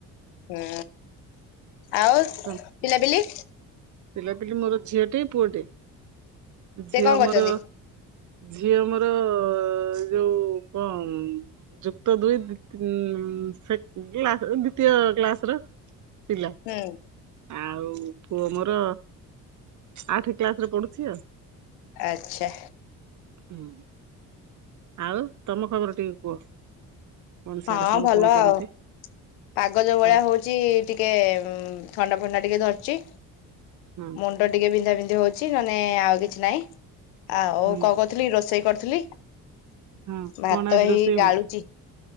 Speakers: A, on the left (about 85°); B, on the right (about 50°).
A: ହୁଁ ଆଉ ପିଲାପିଲି
B: ତ ପିଲାପିଲି ମୋର ଝିଅଟିେ ପୁଅ ଟେ
A: ସେ
B: ଝିଅ
A: କଣ
B: ଆମର
A: କରୁଛନ୍ତି?
B: ଝିଅ ଆମର ଯୋଉ କଣ ଯୁକ୍ତ ଦୁଇ୍ ଦ୍ଵିତୀୟ କ୍ଲାସ ର ପିଲା
A: ହୁଁ
B: ଆଉ ପୁଅ ମୋର ର ଆଠ କ୍ଲାସ ରେ ପଢୁଛି ଆଉ
A: ଆଚ୍ଛା
B: ହୁଁ ଆଉ ତମ ଖବର ଟିକେ କୁହ କଣ ସିଆଡେ
A: ହଁ
B: ସବୁ
A: ଭଲ
B: କଣ କେମିତି
A: ଆଉ ପାଗଜ ଭଳିଆ
B: ଆଉ
A: ହଉଛି ଟିକେ ଥଣ୍ଡା ଫଥଣ୍ଡା ଟିକେ ଧରିଚଛି
B: ହଁ
A: ମୁଣ୍ଡ ଟିକେ ବିନ୍ଧା ବିନ୍ଧି ହଉଛି ନେ ଆଉ କିଛି ନହିଁ ଆଉ
B: ହଁ
A: କଣ କରୁଥିଲି ରୋଷେଇ କରିଥିଲି
B: ହଁ
A: ଭାତ
B: କଣ ଆଜି
A: ହେଇ
B: ରୋଷେଇ ହଉଛି
A: ଗଡାଳୁଚ